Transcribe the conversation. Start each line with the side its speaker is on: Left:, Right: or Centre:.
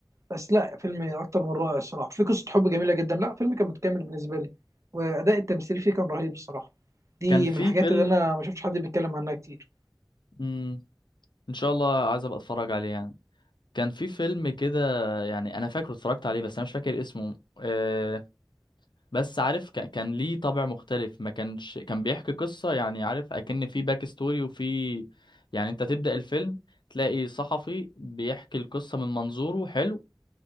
Right: بس لا فيلم اكتر من رائع الصراحه في قصه حب جميله جدا لا فيلم كان متكامل بالنسبه لي واداء التمثيل فيه كان رهيب الصراحه دي
Left: كان في
Right: من الحاجات
Left: فيلم
Right: اللي انا ما شفتش حد بيتكلم عنها كتير
Left: مم. ان شاء الله عايز ابقى اتفرج عليه يعني كان في فيلم كده يعني انا فاكره اتفرجت عليه بس انا مش فاكر اسمه آه بس عارف كان, كان ليه طابع مختلف ما كانش كان بيحكي قصة يعني عارف اكن في باك ستوري وفي يعني انت تبدأ الفيلم تلاقي صحفي بيحكي القصة من منظوره حلو